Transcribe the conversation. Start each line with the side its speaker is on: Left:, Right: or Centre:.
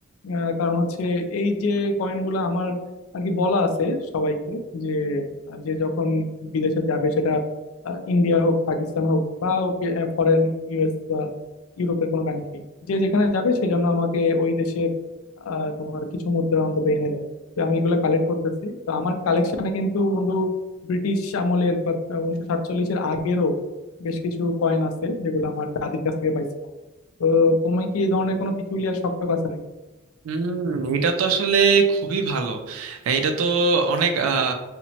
Left: আহ, কারণ হচ্ছে এই যে কয়েনগুলো আমার আর কি বলা আছে সবাইকে যে আহ, যে যখন বিদেশে যাবে সেটা আহ, ইন্ডিয়া হোক পাকিস্তান হোক বা ফরেন ইউএস বা ইউরোপের কোনো কান্ট্রি যে যেখানে যাবে সেজন্য আমাকে ওই দেশের আহ, তোমার কিছু মুদ্রা অন্তত এনে দেয় তো আমি এগুলো কালেক্ট করতেছি তো আমার কালেকশনে কিন্তু বন্ধু ব্রিটিশ আমলের বা উনিশশো সাতচল্লিশের আগেরও বেশ কিছু কয়েন আছে যেগুলো আমার দাদির কাছ থেকে পাইছিলাম তো তুমি কি এই ধরনের কোনো পিকুলিয়ার শখ টখ আছে
Right: হুম এটা তো আসলে খুবই ভালো এটা তো অনেক আহ,